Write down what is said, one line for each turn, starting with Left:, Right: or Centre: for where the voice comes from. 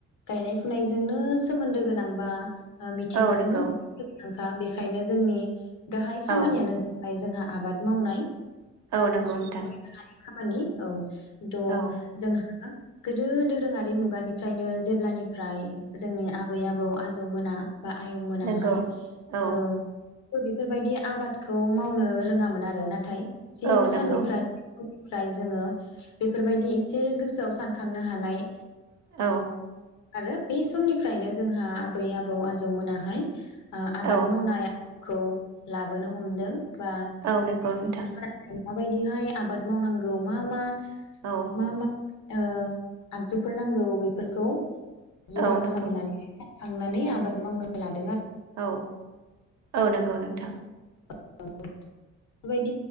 Left: गायनाय फुनायजोंनो सोमोन्दो गोनांबा ओ मिथिंगाजोंनो
Right: औ नंगौ
Left: दा बेखायनो जोंनि गाहाय खामानियानो
Right: औ
Left: ज बाय जोंहा आबाद मावनाय
Right: औ नंगौ नोंथां
Left: हानि खामानि औ द'
Right: औ
Left: जोंहा गोदो दोरोङारि मुगानिफ्रायनो जेब्लानिफ्राय जोंनि आबै आबौ आजौ मोना बा आयंमोनाहाय
Right: नंगौ औ
Left: ओ बिफोरबायदि आबादखौ मावनो रोङामोन आरो नाथाय जि
Right: औ नंगौ
Left: साननिफ्राय निफ्राय जोङो बेफोरबायदि इसे गोसोआव सानखांनो हानाय
Right: औ
Left: आरो बे समनिफ्रायनो जोंहा आबै आबौ आजौ मोनाहाय ओ आबाद
Right: औ
Left: मावनाया खौ लाबोनो हमदों बा
Right: औ नंगौ नोंथां
Left: <unintelligible> माबाय बिहाय आबाद मावनांगौ मा मा
Right: औ
Left: मा मा ओ आगजुफोर नांगौ बेफोरखौ जुगार
Right: औ नंगौ
Left: खालामनानै थांनानै आबाद मावनो लाद
Right: औ औ नोंगौ नोंथां
Left: <unintelligible>